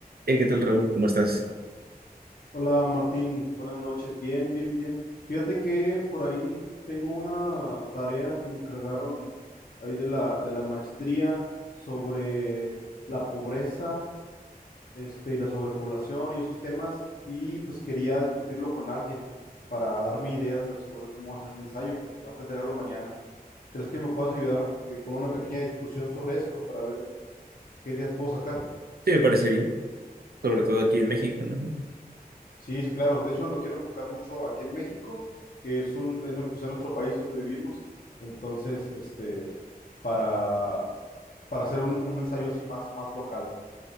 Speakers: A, on the right; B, on the left.
A: Hey, ¿qué tal, Raúl? ¿Cómo estás?
B: Hola Martín, buenas noches, bien, bien, bien. Fíjate que por ahí tengo una tarea que me encargaron ahí de la, de la maestría sobre la pobreza, este, y la sobrepoblación y esos temas, y pues quería discutirlo con alguien para darme ideas de- sobre cómo hacer mi ensayo, porque tengo que entregarlo mañana. ¿Crees que me puedas ayudar, eh, con una pequeña discusión sobre esto para ver qué ideas puedo sacar?
A: Sí, me parece bien, sobre todo aquí en México, ¿no?
B: Sí, sí, claro. De hecho, lo quiero enfocar mucho aquí en México, que es un, es nue- pues, es nuestro país donde vivimos. Entonces, este, para, para hacer un, un ensayo así más, más local.